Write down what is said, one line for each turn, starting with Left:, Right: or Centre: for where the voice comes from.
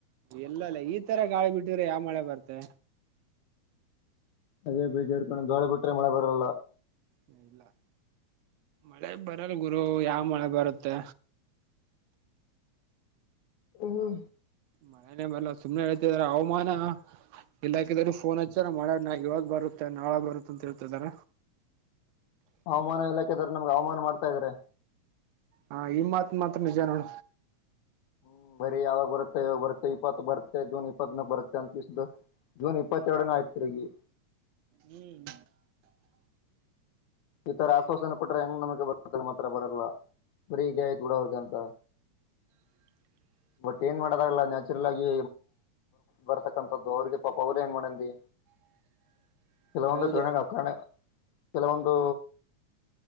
Right: ಇಲ್ಲಲ್ಲ ಈ ತರ ಗಾಳಿ ಬಿಟ್ಟಿದ್ರೆ ಯಾವ ಮಳೆ ಬರ್ತೆೆ
Left: ಅದೇ ಬೀಜ ಇರ್ಕೊಂಡ ದೋಳಿ ಬಿಟ್ರೆ ಮಳೆ ಬರಲ್ಲ
Right: ಹ ಇಲ್ಲ ಮಳೆ ಬರಲ್ ಗುರು ಯಾವ ಮಳೆ ಬರುತ್ತೆ
Left: ಹ
Right: ಮಳೆನೆ ಮೇಲೆ ಸುಮ್ನೆ ಹೇಳ್ತಿದ್ರ ಹಾಮಾನ ಇಲಾಖೆದವರು ಫೋನ್ ಹಚ್ಚಾರ ಮಾಡ ನ ಇವಾಗ ಬರುತ್ತೆ ನಾಳಾಗ ಬರುತ್ತ ಅಂತ ಹೇಳ್ತಿದಾರ
Left: ಹವಾಮಾನ ಇಲಾಖೆದವ್ರು ನಮ್ಗೆ ಅವಮಾನ ಮಾಡ್ತಾ ಇದಾರೆ
Right: ಹಾ ಈ ಮಾತ್ ಮಾತ್ರ ನಿಜ ನೋಡ
Left: ಹ್ಮ್ ಬರೀ ಯಾವಾಗ ಬರುತ್ತೆಾಗ ಬರುತ್ತೆ ಇಪ್ಪತ್ತು ಬರುತ್ತೆ ಜೂನ್ ಇಪ್ಪತ್ನ ಬರುತ್ತೆ ಅಂತಸ್ದು ಜೂನ್ ಇಪ್ಪತ್ತೆರಡ ನ ಆಯ್ತ್ ತಿರ್ಗಿ
Right: ಹ್ಮ್
Left: ಈತರ ಆಶ್ವಾಸನೆ ಕೊಟ್ರೆ ಹೆಂಗ್ ನಮಗೆ ಬರತ್ತ ಮಾತ್ರ ಬರಲ್ಲ ಬರಿ ಇದ್ದೆ ಆಯ್ತು ಬಿಡೊ
Right: <inaudible>
Left: ಬಟ್ ಏನ್ ಮಾಡದಾಗಲ್ಲ ನ್ಯಾಚುರಲ್ ಆಗಿ ಬರ್ತಕ್ಕಂಥದ್ದು ಅವ್ರಿಗೆ ಪಾಪ ಅವರ ಏನ್ ಮಾಡನ್ಿ
Right: <inaudible>
Left: ಕೆಲವೊಂದು
Right: ಹೌದು
Left: ಕರಣ ಕರಣ ಕೆಲವೊಂದು